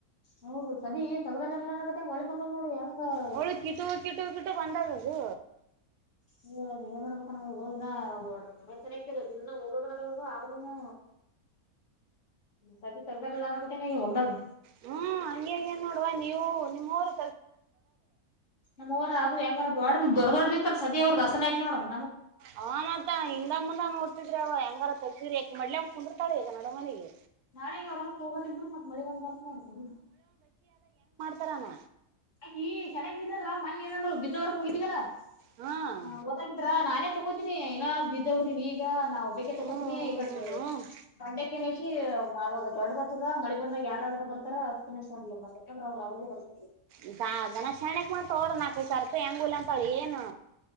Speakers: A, on the left; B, on the right.
A: ಹೌದು ಸದೀ ತಗದಾರ ಎಲ್ಲನಗತ್ತಂಗಗೆ ಹೊಳ್ಕೊಂಡ್ ನೋಡಿ ಹೆಂಗ
B: ಹೋಳು ಕಿಟು ಕಿಟು ಕಿಟು ಬಂದದದು
A: ಹ ಅದ ಏನ್ ಮಾಡ್ಬೇಕಣ ಹ ಹದಿನ ಒ ಮನೆ ಸನಕ್ಕೆಲ್ಲ ಇನ್ನು ಹೋಗೋದ ನಡದು ಆದ್ರನು ಸದೀ ತೆಗದಲ್ಲಾನ ಹೋಲದಾಗ್
B: ಹ್ಮ್ ಹಗೆ ಆಗ್ಯದ ನೋಡುವ ನೀವು ನಿಮ್ಮ ರು
A: ನಮ್ಮವರ ಅದು ಹೆಂಗಾರ ದೊಡ ದೊಡ್ಡ ದೊಡ್ಡ್ರತ್ತ ಸದಿ ಅವ್ರರು ರಸನ ಯತ್ ನೋಡವ
B: ಹ ಮತ್ತ ಹಿಂದ ಮುಂದಂಗೋಡ್ತಿದ್ರ ಅವ ಹೆಂಗಾರ ತೀರಿಾಕಿ ಮ್ಲಿ ಅಂಗ್ ಕುೊಂಡಿರ್ಾಳ ಈಗ ನಡ ಮನಿಗೆ
A: ನಾಳಗ ಅವ್ರಲ್ ಹೋಗೋರ್ ಇದ್ರು ಮತ್ತ ಮಳಿ ಒಂದ್ ಬರ್ ನೋ ಕಡ
B: ತಾರಾನ
A: ಅಯ್ ಈ ಚೆನ್ನಾಗ ಬದ್ರ ಮಣ ಏನಂದ್ರು ಬಜವರ್ಕ ಹೋಗಿದೀವಲ್ಲ
B: ಹ್ಮ್
A: ಹ, ಓದಾಗಿದ್ರಾ ನಾನೇ ತಕೋತೀನಿ, ಏನ, ಬಿಟ್ಟು ಹೋದರೆ, ಈಗ ನಾ ಒಬ್ಬಕ್ಕೆ ತಕೋತೀನಿ
B: ಹ್ಮ್
A: ಈಗ. <unintelligible> ಏ,
B: ಹ್ಮ್
A: ಬಂಡ್ಯಕ್ಕನಕಿ, ಅವವಾಗ ದೊಡ್ಡದ ಹತದ ಮಳೆ ಬಂದಾಗ ಯಾರಾದ್ರ ಬರ್ತಾರ! ಅಷ್ಟು ದಿನ, ಸೊಂಡಿಲು. <inaudible> ಇವಾಗ ತರುಕೊಂಡರೆ, ಅವರ ಆಗ್ಲೇ ಬರ್ತಾ ಇದ್ರಿ. <inaudible>
B: ಈತ, ಗಣೇಶ ತಾಕೊಲೊ, ನಾಲ್ಕುಐದುಸಾವಿರ, ಹೆಂಗುಲ್ಲೊ. <unintelligible> ಅಪ್ಪ ಏನು